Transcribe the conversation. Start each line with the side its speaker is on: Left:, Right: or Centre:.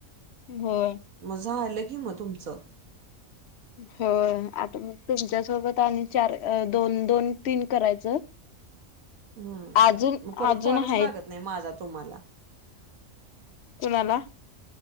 Left: हो.
Right: म झालं की, म तुमचं.
Left: होय, आता मग तुमच्यासोबत आणि चार अं दोन-दोन, तीन करायचं.
Right: हम्म,
Left: अजून
Right: म परत
Left: अजून
Right: कॉलच
Left: आहेत
Right: लागत नही, माझा तुम्हाला.
Left: कुणाला?